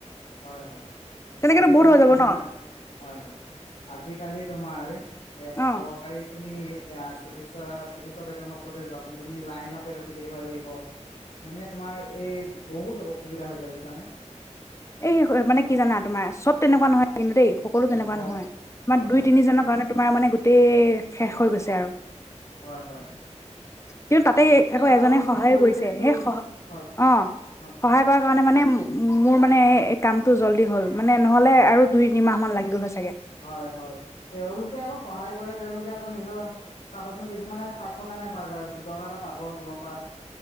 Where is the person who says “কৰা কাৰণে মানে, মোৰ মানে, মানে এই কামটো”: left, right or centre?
Left